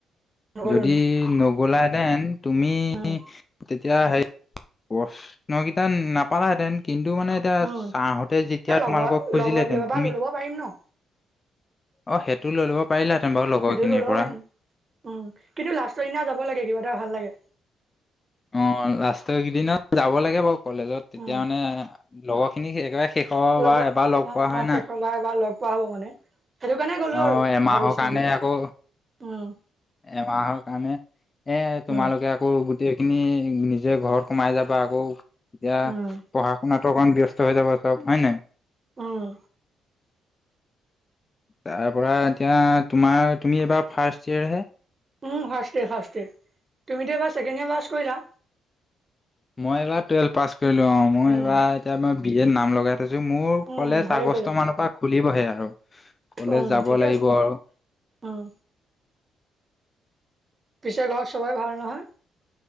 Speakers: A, on the right; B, on the left.
A: নগ'লো
B: যদি
A: ন
B: নগলাহেঁতেন, তুমি
A: উম,
B: তে তিয়া হেৰি প্ৰশ্নকেইটা নাপালাহেঁতেন। কিন্তু মানে এতিয়া,
A: উম,
B: ছাঁঁৰহতে যেতিয়া
A: এই লগৰ
B: তোমালোকক খুজিলেহেতেন,
A: লগৰ বিলাকৰ পৰা
B: তুমি
A: লৈ ল'ব পাৰিম ন
B: অ', সেইটো লৈ ল'ব পাৰিলাহেঁতেন বাৰু লগৰ
A: সেইটো
B: খিনিৰ
A: লৈ ল'ব
B: পৰা।
A: পাৰিম উম কিন্তু লাষ্টৰ দিনা যাব লাগে, কিবা এটা ভাল লাগে।
B: অ', লাষ্টৰ কেইদিনত যাব লাগে, বাৰু কলেজত তেতিয়া
A: উম,
B: মানে লগৰ খিনিক একেবাৰে শেষৰ
A: লগৰ
B: বা এবাৰ
A: অ',
B: লগ
A: অ',
B: পোৱা হয় না।
A: শেষৰ বাৰৰ বাবে লগ পোৱা হ'ব মানে। সেইটো কাৰণে গ'লো
B: অ'
A: আৰু,
B: এমাহৰ
A: ভাবি চিন্তি
B: কাৰণে আকৌ
A: উম
B: এমাহৰ কাৰণে, এ তোমালোকে
A: উম
B: আকৌ গোটেই খিনি নিজে ঘৰত সোমাই যাবা, আকৌ এতিয়া
A: উম
B: পঢ়া শুনাত প্ৰকাণ্ড ব্যস্ত হৈ যাব চব, হয় নে?
A: উম।
B: তাৰ পৰা এতিয়া তোমাৰ, তুমি এইবাৰ ফাৰ্ষ্ট ইয়েৰহে।
A: উম ফাৰ্ষ্ট ইয়াৰ ফাৰ্ষ্ট ইয়াৰ, তুমিতো এইবাৰ ছেকেণ্ডয় পাছ কৰিলা?
B: মই এইবাৰ টুৱেলভ পাছ কৰিলো, অ', মই
A: উম
B: এইবাৰ এতিয়াই বি এত নাম লগাই তাৰপিছত মোৰ
A: উম
B: কলেজ
A: ভালেই
B: আগষ্ট
A: কৰিলা
B: মানৰ পৰা খুলিবহে আ কলে
A: উম
B: যাব
A: ঠিকে
B: লাগিব
A: আছে
B: আৰু।
A: উম পিছত ঘৰত সবাই ভাল নহয়।